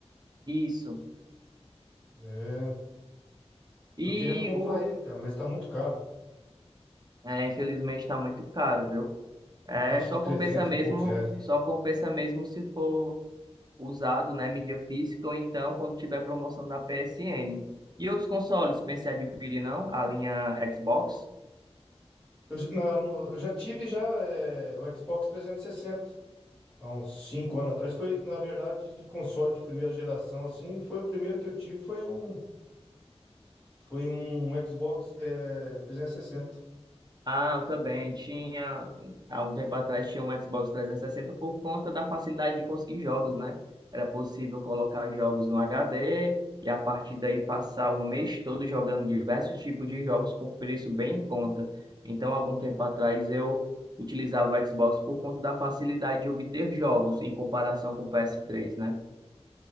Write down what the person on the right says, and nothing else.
Isso.
E
o,
é, infelizmente está muito caro, viu? É,
só
compensa mesmo,
só compensa mesmo se for usado, né, mídia física ou então quando tiver promoção da PSN. E outros consoles, pensei em adquirir não? A linha Xbox?
Ah, eu também tinha, há um tempo atrás tinha um Xbox 360 por conta da facilidade de conseguir jogos, né? Era possível colocar jogos no HD e a partir daí passar o mês todo jogando diversos tipos de jogos com preço bem em conta. Então, algum
tempo atrás eu utilizava o Xbox por conta da facilidade de obter jogos em comparação com o PS3, né?